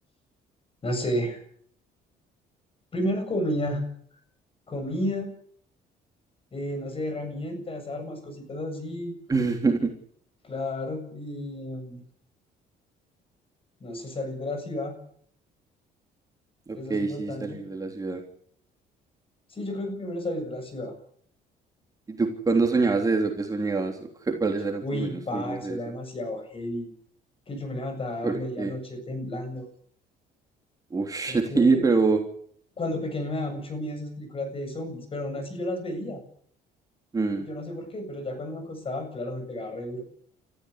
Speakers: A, on the left; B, on the right.
A: no sé. Primero comida, comida, eh, no sé, herramientas, armas, cositas así,
B: <laughs>
A: claro. Y mm, no sé, salir de la ciudad,
B: Ok,
A: eso es importante.
B: sí, salir de la ciudad.
A: Sí, yo creo que primero salir de la ciudad.
B: ¿Y tú cuándo soñabas de eso? ¿Qué soñabas? ¿O cu- cuáles eran
A: Uy,
B: tus sueños
A: pa,
B: turbios
A: eso
B: de
A: era
B: eso?
A: demasiado heavy. Que yo me levantaba
B: Porque...
A: a medianoche temblando.
B: uff,
A: Porque
B: <laughs> sí, pero...
A: cuando pequeño me daba mucho miedo esas películas de zombies, pero aún así yo las veía.
B: Mm.
A: Yo no sé por qué, pero ya cuando me acostaba, claro, me pegaba re duro.